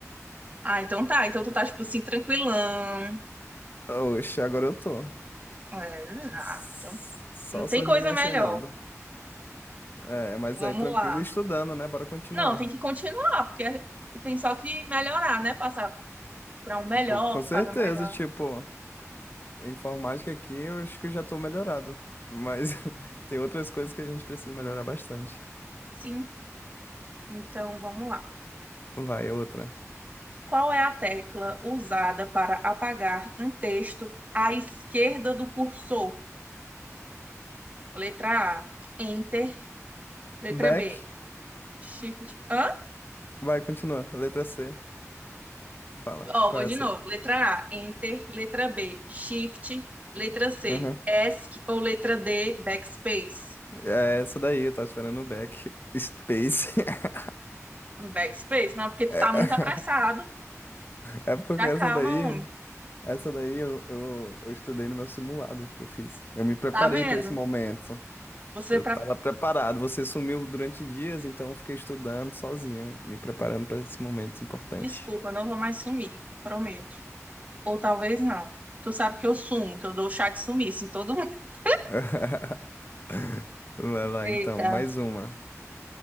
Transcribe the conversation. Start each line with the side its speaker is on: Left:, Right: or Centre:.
Right: Ah, então tá. Então tu tá, tipo assim, tranquilão.
Left: Oxe, agora eu tô.
Right: É, ah,
Left: S-
Right: então
Left: Só
Right: não tem
Left: sorrindo
Right: coisa
Left: e acenando.
Right: melhor.
Left: É, mas
Right: Vamos
Left: aí tranquilo,
Right: lá.
Left: e estudando, né? Bora continuar.
Right: Não, tem que continuar, porque tem só que melhorar, né? Passar para um melhor,
Left: Pô, com certeza,
Right: que paga melhor.
Left: tipo. Informática aqui, eu acho que eu já tô melhorado. Mas <laughs> tem outras coisas que a gente precisa melhorar bastante.
Right: Sim, então vamos lá.
Left: Vai, é outra.
Right: Qual é a tecla usada para apagar um texto à esquerda do cursor? Letra A, Enter. Letra
Left: Back.
Right: B, Shift. Hã?
Left: Vai, continua. Letra C. Fala.
Right: Ó,
Left: Qual
Right: vou de
Left: é essa?
Right: novo. Letra A, Enter. Letra B, Shift. Letra C,
Left: Aham.
Right: ESC. Ou letra D, Backspace.
Left: É essa daí, eu tava esperando o back. <laughs> Space. <laughs>
Right: Backspace? Não, porque tu
Left: É,
Right: tá muito apressado.
Left: é porque
Right: Já
Left: essa
Right: calma,
Left: daí,
Right: homem.
Left: essa daí eu, eu, eu estudei no meu simulado que eu fiz. Eu me preparei
Right: Tá vendo?
Left: pra esse momento.
Right: Você
Left: Eu
Right: para
Left: tava preparado. Você sumiu durante dias, então eu fiquei estudando sozinho, me preparando pra esse momento importante.
Right: Desculpa, não vou mais sumir, prometo. Ou talvez não. Tu sabe que eu sumo, que eu dou chá de sumiço em todo mundo. <laughs>
Left: <laughs> Vai lá
Right: Eita,
Left: então, mais uma.